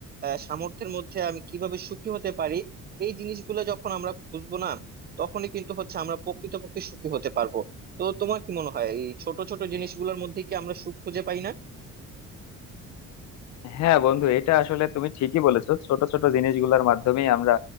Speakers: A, on the right; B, on the left.
A: আহ, সামর্থ্যের মধ্যে আমি কিভাবে সুখী হতে পারি এই জিনিসগুলো যখন আমরা খুঁজবো না তখনই কিন্তু হচ্ছে আমরা প্রকৃতপক্ষে সুখী হতে পারবো তো তোমার কি মনে হয় এই ছোট ছোট জিনিসগুলোর মধ্যে কি আমরা সুখ খুঁজে পাই না
B: হ্যাঁ বন্ধু এটা আসলে তুমি ঠিকই বলেছো ছোট ছোট জিনিসগুলোর মাধ্যমেই আমরা